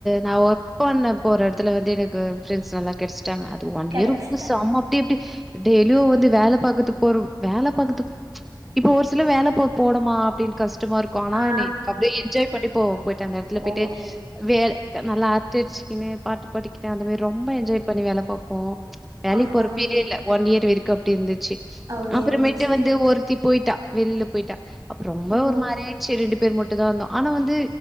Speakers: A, in the centre; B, on the right (about 45°).
A: நா ஒர்க் பண்ண போற எடத்துல வந்து எனக்கு ஃப்ரெண்ஸ் நல்லா கெடச் <unintelligible> அது ஒன்
B: கெடச்சிட்ட
A: இயர்கு சம அது எப்டி டெய்லியு வந்து வேல பாக்கற்து போறோ வேல பாக்கற்துக் இப்போ ஒரு சில வேல போ போடமா அப்டின் கஸ்டமா இருக்கு ஆனா
B: ஆ
A: நீ அப்டே என் என்ஜாய் பண்ட்டே போவோ போய்ட்டு அந்த எடத்துல
B: போவ
A: போய்ட்டு வேல நல்லா அர்ட்ட அடிச்சிக்கினு பாட்டு பாடிக்கினு அந்த மேரி ரொம்ப என்ஜாய் பண்ணி வேல பாப்போம் வேலைக்
B: அதா
A: போற ஃபீலே
B: அதா
A: இல்ல ஒன் யேர் வெரிக்கு அப்டி இருந்துச்சு
B: அப்டி
A: அப்புறமேட்டு
B: இருந்துச்சு
A: வந்து ஒருத்தி போய்ட்டா வெளில போய்ட்டா அப்போ ரொம்ப
B: ஓ
A: ஒரு மாரி ஆயிட்ச்சு ரெண்டு பேர் மட்டுதா இருந்தோ ஆனா வந்து